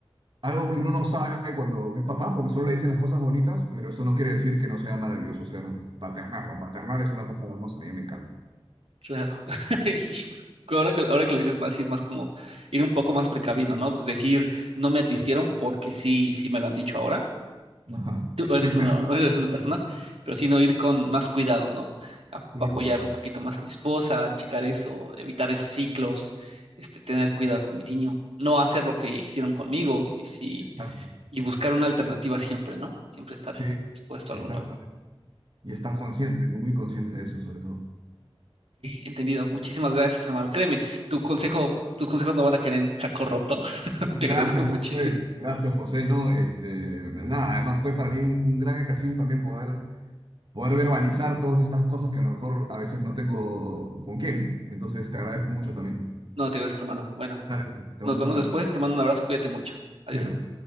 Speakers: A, on the right; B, on the right.
A: algo que uno no sabe cuando es papá, porque solo le dicen las cosas bonitas, pero eso no quiere decir que no sea maravilloso ser paternar, ¿no? Paternar es una cosa hermosa, a mí me encanta.
B: Claro. <laughs> Y Ahora que, ahora que lo dices más, sí es más como ir un poco más precavido, ¿no? Decir, no me advirtieron porque sí, sí me lo han dicho ahora
A: Ajá,
B: tú
A: sí.
B: eres
A: <laughs>
B: una, <laughs> eres una persona, pero sino ir con más cuidado, ¿no? A-
A: Hijo
B: apoyar
A: de tu-
B: un poquito más a mi esposa, checar eso, evitar esos ciclos, este, tener cuidado con mi niño, no hacer lo que hicieron conmigo y, si,
A: Exacto.
B: y buscar una alternativa siempre, ¿no? Siempre estar
A: Sí,
B: expuesto
A: exactamente.
B: a algo nuevo.
A: Y estar
B: Ok,
A: consciente, ¿no? Muy consciente de eso, sobre todo.
B: entendido. Muchísimas gracias, hermano. Créeme, tu consejo, tus consejos no van a caer en saco roto. <laughs>
A: Gracias,
B: Te agradezco muchísimo.
A: José. Gracias, José. No, este, nada, además fue para mí un, un gran ejercicio también poder, poder verbalizar todas estas cosas que a lo mejor a veces no tengo con quién. Entonces, te agradezco mucho también.
B: No, te agradezco, hermano. Bueno,
A: Dale, te
B: nos
A: mando
B: vemos
A: un abrazo.
B: después. Te mando un abrazo. Cuídate mucho. Adiós,
A: Cuídate.
B: hermano.